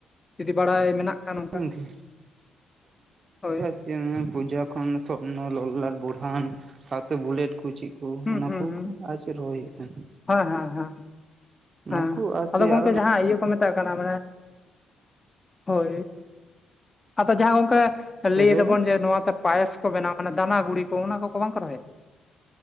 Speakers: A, on the left (about 20°); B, on the right (about 45°).
A: ᱡᱩᱫᱤ ᱵᱟᱲᱟᱭ ᱢᱮᱱᱟᱜ ᱠᱷᱟᱱ ᱚᱝᱠᱟ?
B: ᱜᱚᱝᱠᱮ
A: ᱦᱳᱭ᱾
B: ᱪᱮᱜ ᱚᱱᱟ ᱯᱩᱡᱟ ᱠᱷᱚᱱ ᱥᱚᱨᱱᱚ, ᱞᱚᱞᱞᱟᱴ, ᱵᱚᱲᱦᱟᱱ ᱥᱟᱶᱛᱮ ᱵᱩᱞᱮᱴ ᱠᱚ ᱪᱮᱫ ᱠᱚ
A: ᱦᱩᱸ
B: ᱚᱱᱟ
A: ᱦᱩᱸ
B: ᱠᱚ
A: ᱦᱩᱸ,
B: ᱟᱨ ᱪᱮᱫ ᱨᱚᱦᱚᱭ ᱦᱩᱭᱩᱜ ᱛᱟᱦᱮᱸᱱᱟ
A: ᱦᱮᱸ ᱦᱮᱸ ᱦᱮᱸ᱾
B: ᱚᱱᱟ
A: ᱦᱮᱸ,
B: ᱠᱚ ᱟᱨ
A: ᱟᱫᱚ
B: ᱪᱮᱫ
A: ᱜᱚᱝᱠᱮ
B: ᱟᱨᱚ
A: ᱡᱟᱦᱟᱸ ᱤᱭᱟᱹ ᱠᱚ ᱢᱮ -ᱛᱟᱜ ᱠᱟᱱᱟ ᱢᱟᱱᱮ, ᱦᱳᱭ, ᱟᱫᱚ ᱡᱟᱦᱟᱸ ᱜᱚᱝᱠᱮ
B: ᱦᱳᱭ
A: ᱞᱟᱹᱭᱮᱫᱟᱵᱚᱱ
B: ᱞᱟᱹᱭ ᱵᱮᱱ
A: ᱡᱮ ᱱᱚᱣᱟ ᱛᱮ ᱯᱟᱭᱮᱥ ᱠᱚ ᱵᱮᱱᱟᱣ ᱠᱟᱱᱟ ᱫᱟᱱᱟ ᱜᱩᱲᱤ ᱠᱚ ᱚᱱᱟ ᱠᱚᱠᱚ ᱵᱟᱝᱠᱚ ᱨᱚᱦᱚᱭᱮᱫ?